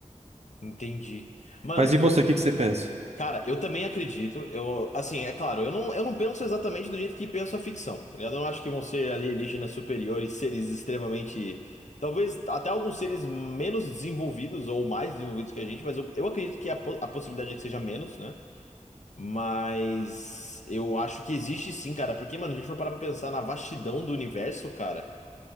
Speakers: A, on the left; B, on the right.
A: entendi. Mano,
B: Mas e você,
A: eu.
B: o que que você pensa?
A: Cara, eu também acredito. Eu, assim, é claro, eu não, eu não penso exatamente do jeito que penso a ficção, tá ligado? Eu não acho que vão ser alienígenas superiores, seres extremamente. Talvez até alguns seres menos desenvolvidos ou mais desenvolvidos que a gente, mas eu, eu acredito que a, po- a possibilidade é que seja menos, né? Mas eu acho que existe sim, cara, porque, mano, a gente for parar pra pensar na vastidão do universo, cara,